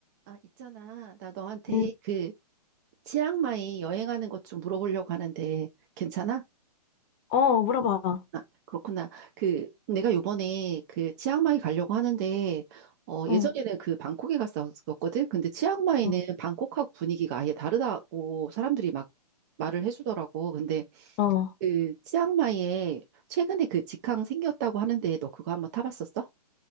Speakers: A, on the right; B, on the left.
A: 아, 있잖아. 나 너한테
B: 응
A: 그 치앙마이 여행하는 것 좀 물어보려고 하는데 괜찮아?
B: 어, 물어봐.
A: 아, 그렇구나. 그 내가 요번에 그 치앙마이 가려고 하는데 어,
B: 어,
A: 예전에는 그 방콕에 갔었거든. 근데 치앙마이는
B: 어,
A: 방콕하고 분위기가 아예 다르다고 사람들이 막 말을 해주더라고. 근데
B: 어,
A: 그 치앙마이에 최근에 그 직항 생겼다고 하는데 너 그거 한번 타봤었어?